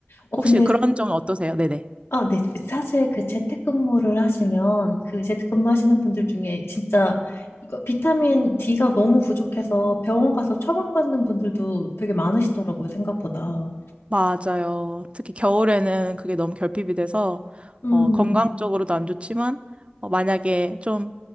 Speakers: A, on the left; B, on the right.
A: 어,
B: 혹시
A: 근데
B: 그런 점은 어떠세요? 네네.
A: 아, 네. 사실 그 재택근무를 하시면 그 재택근무 하시는 분들 중에 진짜 이거 비타민 D가 너무 부족해서 병원 가서 처방받는 분들도 되게 많으시더라고요, 생각보다.
B: 맞아요. 특히 겨울에는 그게 너무 결핍이 돼서
A: 음,
B: 어, 건강적으로도 안 좋지만 어, 만약에 좀